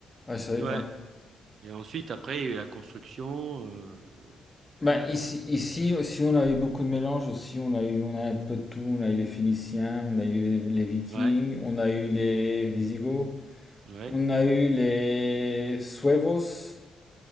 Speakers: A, on the left; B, on the right.
A: Ah, je savais
B: Ouais.
A: pas.
B: Et ensuite après il y a eu la construction, euh,
A: Bah,
B: voilà
A: ici,
B: quoi.
A: ici, si on a eu beaucoup de mélanges aussi, on a eu, on a un peu de tout. On a eu les Phéniciens, on a eu les, les Vikings,
B: Ouais,
A: on a eu les Visigoths,
B: ouais.
A: on a eu les Suevos.